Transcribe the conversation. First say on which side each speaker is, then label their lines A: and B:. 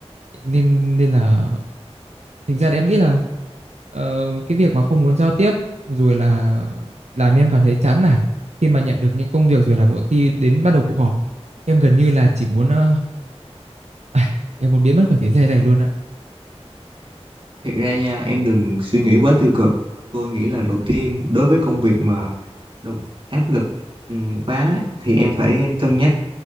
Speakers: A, on the right (about 80°); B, on the right (about 50°).
A: nên nên là thành ra thì em nghĩ là ờ, cái việc mà không muốn giao tiếp rồi là làm em cảm thấy chán nản khi mà nhận được những công việc rồi là mỗi khi đến bắt đầu cuộc họp em gần như là chỉ muốn ờ, ai, em muốn biến mất khỏi thế giới này luôn á
B: Thiệt ra nha, em đừng suy nghĩ quá tiêu cực. Tôi nghĩ là đầu tiên đối với công việc mà đầu áp lực ừm, quá thì em phải cân nhắc